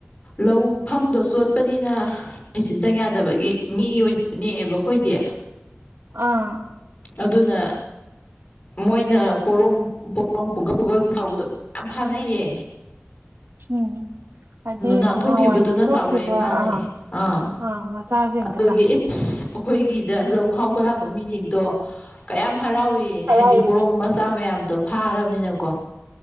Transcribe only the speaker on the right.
ꯑꯥ
ꯎꯝ ꯍꯥꯏꯗꯤ
ꯅꯍꯥꯟꯋꯥꯏ ꯅꯥꯟꯊꯣꯛꯈꯤꯕ
ꯑ
ꯑ ꯃꯆꯥꯁꯤꯡꯗꯨꯅ
ꯑꯥ